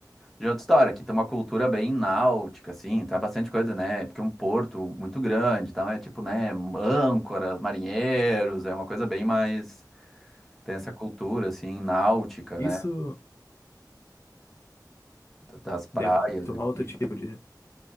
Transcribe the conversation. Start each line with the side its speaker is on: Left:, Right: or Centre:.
Centre: já é outra história. Aqui tem uma cultura bem náutica, assim, tá bastante coisa, né? Porque é um porto muito grande, então é tipo, né, âncoras, marinheiros, é uma coisa bem mais. Tem essa cultura, assim, náutica,
Left: Isso
Centre: né? d- Das praias
Left: deve tomar
Centre: aqui.
Left: outro tipo de.